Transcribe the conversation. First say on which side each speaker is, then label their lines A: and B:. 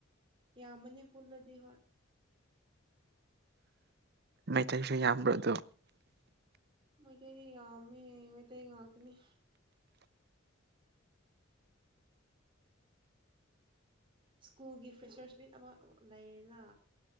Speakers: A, on the right; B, on the right.
A: ꯌꯥꯝꯕꯅꯦ ꯄꯨꯜꯂꯗꯤ ꯍꯣꯏ
B: ꯃꯩꯇꯩꯁꯨ ꯌꯥꯝꯕ꯭ꯔꯣ ꯑꯗꯣ
A: ꯃꯩꯇꯩꯗꯤ ꯌꯥꯝꯃꯦ ꯃꯩꯇꯩ ꯉꯥꯛꯇꯅꯤ ꯁ꯭ꯀꯨꯜꯒꯤ ꯐ꯭ꯔꯦꯁꯔꯁ ꯃꯤꯠ ꯑꯃ ꯂꯩꯔꯅ